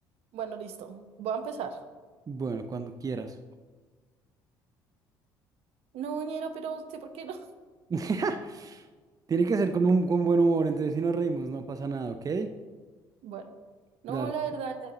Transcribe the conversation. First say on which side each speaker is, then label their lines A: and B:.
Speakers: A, on the right; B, on the right.
A: bueno, listo. Voy a empezar.
B: Bueno, cuando quieras.
A: No, ñero, pero usted, ¿por qué no?
B: <laughs> Tiene que ser con un con buen humor, entonces si nos reímos no pasa nada, ¿ok?
A: Bueno, no,
B: Dale.
A: la verdad,